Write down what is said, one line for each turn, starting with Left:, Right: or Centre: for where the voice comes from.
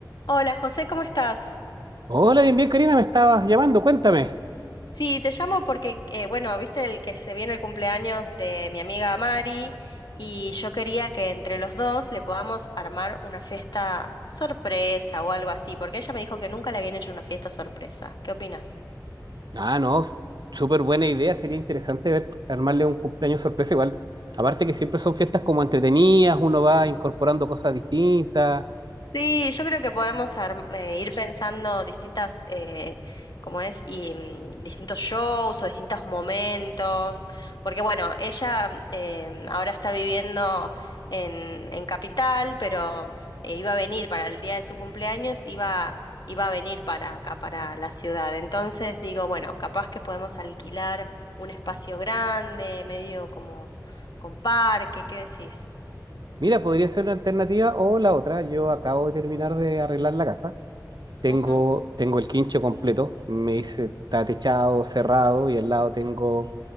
Left: Hola José, ¿cómo estás?
Right: Hola, bien, bien, Karina, me estabas llamando, cuéntame.
Left: Sí, te llamo porque, eh, bueno, viste el que se viene el cumpleaños de mi amiga Mari y yo quería que entre los dos le podamos armar una fiesta sorpresa o algo así, porque ella me dijo que nunca le habían hecho una fiesta sorpresa. ¿Qué opinas?
Right: Ah, no, súper buena idea, sería interesante ver, armarle un cumpleaños sorpresa igual. Aparte que siempre son fiestas como entretenidas, uno va incorporando cosas distintas.
Left: Sí, yo creo que podemos arm- eh, ir pensando distintas, eh, como es, y mm, distintos shows o distintos momentos, porque bueno, ella mm, eh, ahora está viviendo en, en Capital, pero eh, iba a venir para el día de su cumpleaños, iba, iba a venir para acá, para la ciudad. Entonces digo, bueno, capaz que podemos alquilar un espacio grande, medio como con parque, ¿qué decís?
Right: Mira, podría ser una alternativa o la otra. Yo acabo de terminar de arreglar la casa. Tengo,
Left: Ujú,
Right: tengo el quincho completo, me hice, está techado, cerrado y al lado tengo